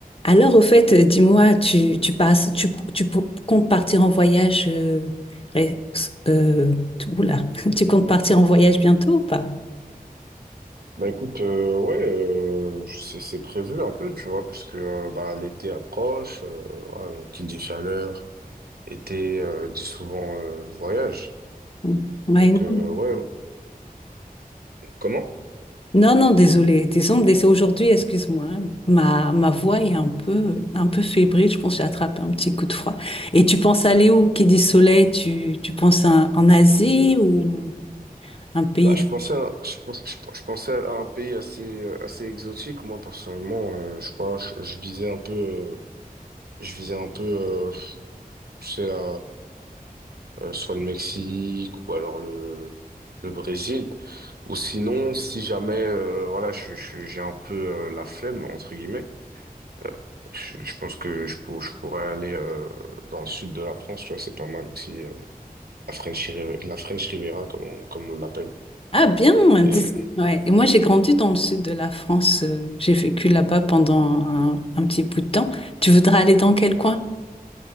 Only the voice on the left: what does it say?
Alors, au fait, euh, dis-moi, tu, tu passes, tu, tu p- comptes partir en voyage, euh, ré- euh, tu- oula, <laughs> tu comptes partir en voyage bientôt ou pas?
Mm. Ouais,
non.
Non, non, désolée, désolée, dés- aujourd'hui, excuse-moi, hein. ma, ma voix est un peu, un peu fébrile, je pense que j'ai attrapé un petit coup de froid. Et tu penses aller où? Qui dit soleil, tu, tu penses à- en Asie ou un pays
Ah bien,
tu sais, ouais. Et moi, j'ai grandi dans le sud de la France. euh, J'ai vécu là-bas pendant un, un petit bout de temps. Tu voudrais aller dans quel coin?